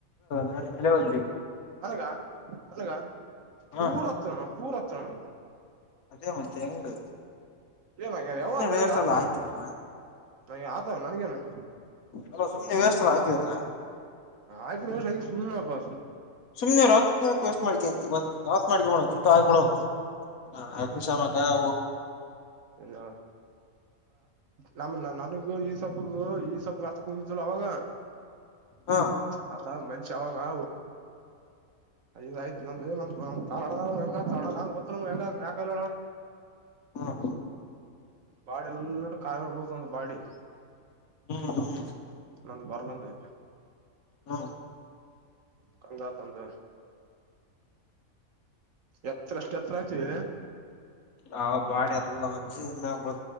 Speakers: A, on the left; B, on the right.
A: ನಾಳೆ ನಲೆ ಬರ್ಬೇಕ
B: ಅನಗ ಅನಗ ಪೂರ್ವೋತ್ತ
A: ಹ್ಮ್
B: ಪೂರ್ವ ಚನ.
A: ಅದೇ ಮತ್ತೆ ಹೆಂಗು
B: ಏನಾಗ್ಯ
A: ಸುಮ್ನೆ
B: ಯಾವ
A: ವ್ಯವಥ
B: ನನಗ ಆತ
A: ಎಲ್ಲ
B: ನನಗೆ
A: ಆಯ್ತಿದೀರ.
B: ನನಗೆ ಆತ ನನಗೇನು
A: ಅಲೋ ಸುಮನೆ ವ್ಯವಸ್ಥಲ್ಲ ಹಾಕವರಣ.
B: ಆಕಿ ಸುನಪ್ಪ.
A: ಸುಮನೆ ರಾತ್ಕ ಹಾಕಿಸ್ ಮಾಡಿಂತಾತ್ ಮಾಡ ಮಾಡೋಳ ಎಂತ ಆಗಿ ಮಾಡೋಳದು. ಹ- ಅಗ್ನಿಶಾಮಕ ಅವು.
B: ಎಲ್ಲಾ ನಮ ನನಗೂ ಈ ಸೊಬ್ಗೂ ಈ ಸೊಬ ಹತ್ತ ಕುಂತಿದಲ್ಲ ಅವಾಗ.
A: ಹ
B: ಹತಾ ಮಂಚ ಅವೆಲ್ಲಾ. <inaudible> ಯ್ತ್ುಂದ ಗೊ ಹೆಂಗ ಯಾಕಡ
A: ಹ್ಮ್
B: ಬಾಡ ಎಲ್ಲ ಕಾಯಿರ್ಬೋದು ಒಂದು ಬಾಡಿ.
A: ಹ್ಮ್ -ಹ್ಮ್
B: ನಂದು ಬರ್ಲಂದೆ.
A: ಹ್ಮ್
B: ಕಂಗಾ ತಂದ ಎತ್ರ ಅಷ್ಟ್ ಎತ್ರ ಆಯ್ತು.
A: ಹ -ಬಾಡಿ ಎಲ್ಲಿ <unintelligible>